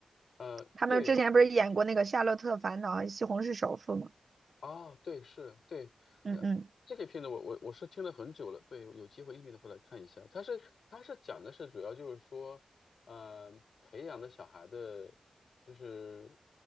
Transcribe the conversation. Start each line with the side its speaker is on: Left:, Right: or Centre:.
Left: 呃，
Right: 他们之前不是演过那个《夏洛特烦恼》《西红柿首富》吗？
Left: 对，哦，对，是，对，
Right: 嗯嗯，
Left: 呃，这个片子我我我是听了很久了，对，有机会一定得会来看一下。它是它是讲的是主要就是说，呃，培养的小孩的，就是